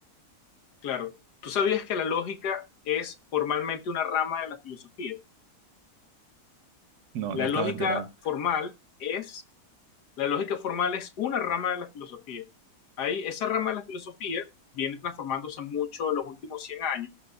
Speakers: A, on the left; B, on the right.
A: Claro. ¿Tú sabías que la lógica es formalmente una rama de la filosofía?
B: No,
A: La
B: no estaba
A: lógica
B: enterado.
A: formal es, la lógica formal es una rama de la filosofía. Ahí, esa rama de la filosofía viene transformándose mucho en los últimos 100 años